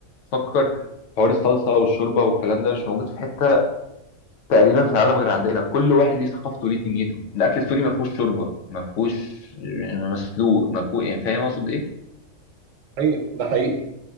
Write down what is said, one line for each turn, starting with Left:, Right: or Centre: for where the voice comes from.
Left: تفكر حوار الصلصه والشوربه والكلام ده مش موجود في حته تقريبا في العالم غير عندنا كل واحد ليه ثقافته وليه دنيته الاكل السوري ما فيهوش شوربه ما فيهوش يعني مسلوق ما فيهوش يعني فاهم اقصد ايه
Right: ايوه ده حقيقي